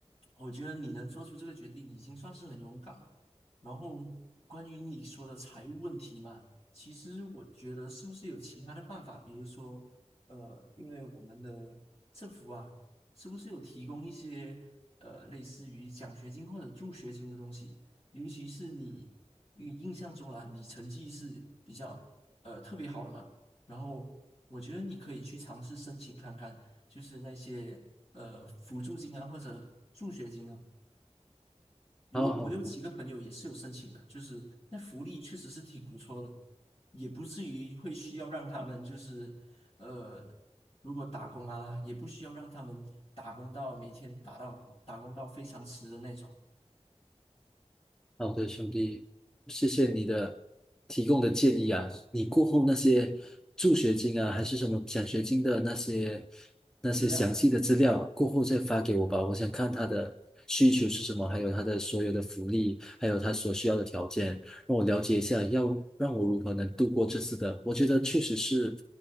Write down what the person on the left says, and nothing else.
我觉得你能做出这个决定，已经算是很勇敢了。然后关于你说的财务问题嘛。其实我觉得是不是有其他的办法，比如说，呃，因为我们的政府啊，是不是有提供一些呃类似于奖学金或者助学金的东西？尤其是你，因为印象中啊，你成绩是比较呃特别好的嘛，然后我觉得你可以去尝试申请看看，就是那些呃辅助金啊或者助学金啊。有我有几个朋友也是有申请的，
就是那福利确实是挺不错的，也不至于会需要让他们就是呃，如果打工啊，也不需要让他们打工到每天打到打工到非常迟的那种
资料。